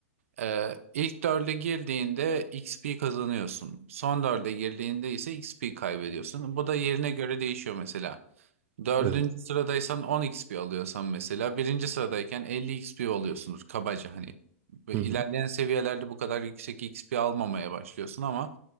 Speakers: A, on the right; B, on the right.
A: Ee, ilk 4'e girdiğinde X P kazanıyorsun. Son 4'e girdiğinde ise X P kaybediyorsun. Bu da yerine göre değişiyor mesela. Dördüncü
B: Evet.
A: sıradaysan 10 XP alıyorsan mesela birinci sıradayken 50 XP alıyorsunuz kabaca hani. Ve
B: Hı hı.
A: ilerleyen seviyelerde bu kadar yüksek XP almamaya başlıyorsun ama